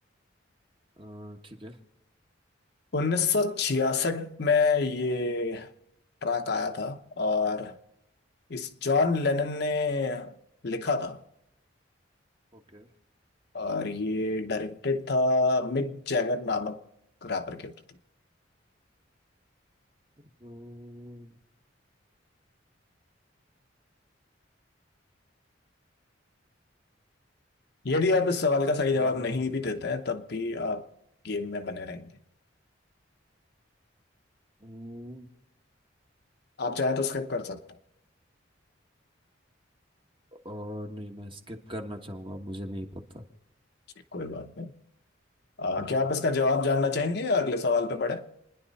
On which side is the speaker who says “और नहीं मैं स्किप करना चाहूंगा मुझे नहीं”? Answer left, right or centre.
Right